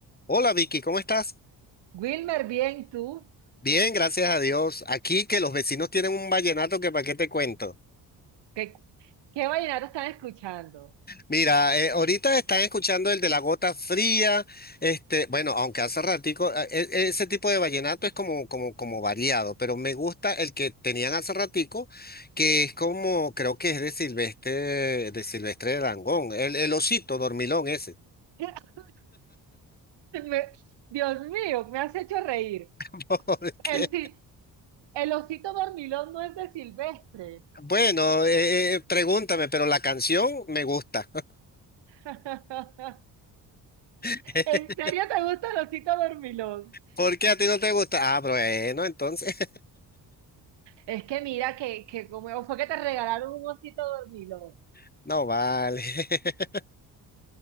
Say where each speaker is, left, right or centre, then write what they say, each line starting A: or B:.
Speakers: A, on the left; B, on the right.
A: Hola Vicky, ¿cómo estás?
B: Wilmer, bien, ¿tú?
A: Bien, gracias a Dios. Aquí que los vecinos tienen un vallenato que para qué te cuento.
B: ¿Qué, qué vallenato están escuchando?
A: Mira, eh, ahorita están escuchando el de la gota fría, este, bueno, aunque hace ratico, eh, e- ese tipo de vallenato es como, como, como variado, pero me gusta el que tenían hace ratico, que es como, creo que es de Silvestre, de Silvestre Dangond, el, el osito dormilón ese.
B: <laughs> Me- Dios mío, me has hecho reír.
A: <laughs> Porque,
B: El, si- el osito dormilón no es de Silvestre.
A: bueno, eh, eh, pregúntame, pero la canción me gusta.
B: <laughs>
A: <laughs>
B: ¿En serio te gusta el osito dormilón?
A: ¿Por qué a ti no te gusta? Ah, bueno, entonces,
B: Es que mira que, que como fue que te regalaron un osito dormilón
A: <laughs> no vale. <laughs>